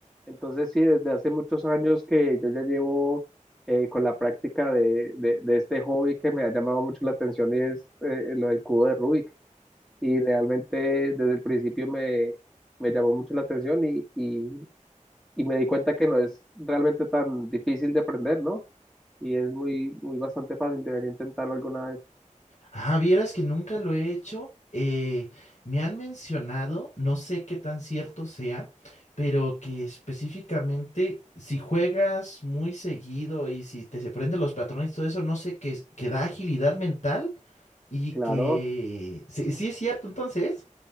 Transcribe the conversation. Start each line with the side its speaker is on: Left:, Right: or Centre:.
Centre: Entonces sí, desde hace muchos años que yo ya llevo eh, con la práctica de, de- de este hobby que me ha llamado mucho la atención y es eh, lo del cubo de Rubik. Y realmente desde el principio me, me llamó mucho la atención y, y, y me di cuenta que no es realmente tan difícil de aprender, ¿no? Y es muy, muy bastante fácil, debería intentarlo alguna vez.
Left: Ah, vieras que nunca lo he hecho. Eh, me han mencionado, no sé qué tan cierto sea, pero que específicamente si juegas muy seguido y si te se prenden los patrones y todo eso, no sé, que, es- que da agilidad mental y
Centre: Claro,
Left: que... Sí, sí es cierto, entonces.